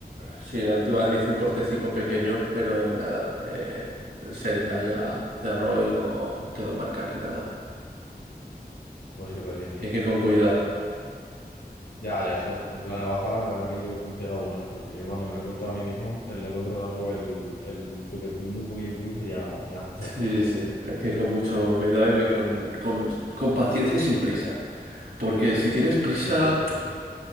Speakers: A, on the right; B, on the left.
A: sí, la última vez me hice un cortecico pequeño, pero nada. eh, enseguida ya cerró y no quedó marca ni nada.
B: Pues súper bien, tío.
A: Y hay que ir con cuidado.
B: Ya, ya, eso. La navaja, la verdad que yo me he pegado buenos cortes. Yo cuando me lo he cortado a mí mismo, el no controlarlo, el, el que te tiemble un poquillo el pulso, ya, ya, ya
A: Sí,
B: cagas.
A: sí. Hay que ir con mucho cuidado y con, con, con paciencia y sin prisa. Porque si tienes prisa,
B: Eso es, eso es.